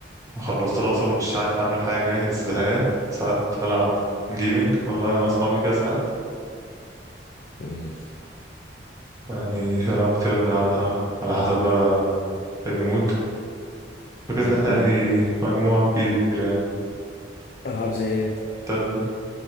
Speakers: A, on the right; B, on the left.
A: مخلص دراسة ومش عارف أعمل حاجة يعني بس زهقان ساعات بلعب جيمنج أونلاين مع أصحابي كده ساعات
B: جميل
A: يعني في ألعاب كتيرة بنلعبها على حسب بقى المود فكرة
B: زي
A: إن احنا
B: إيه؟
A: يعني مجموعة كبيرة يعني
B: ألعاب زي إيه؟
A: ده